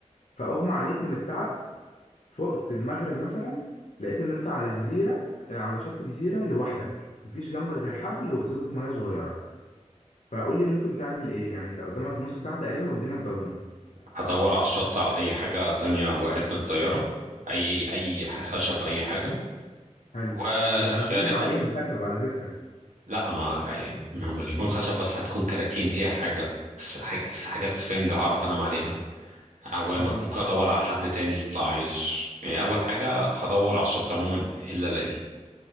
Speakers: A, on the left; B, on the right.
A: فأغمى عليك من التعب فقت المغرب مثلا لقيت ان انت على جزيرة آه، على شط جزيرة لوحدك مفيش جنبك غير حبل وإزازة مية صغيرة فقول لي ممكن تعمل ايه يعني انت قدامك نص ساعة تقريبا والدنيا اتضلم
B: هدور على الشط على اي حاجه تانية وقعت من الطياره اي اي خشب اي حاجه
A: حلو
B: وغالبا
A: هي الجزيرة عليها خشب على فكرة
B: لا ما يعني ما هو مش هيكون خشب بس هتكون كراتين فيها حاجه س- حاجة- حاجات سفنج هعرف انام عليها عوامه
A: اه
B: ممكن ادور على حد تاني يطلع عايش يعني اول حاجه هدور على الشط عموما الا الاقيه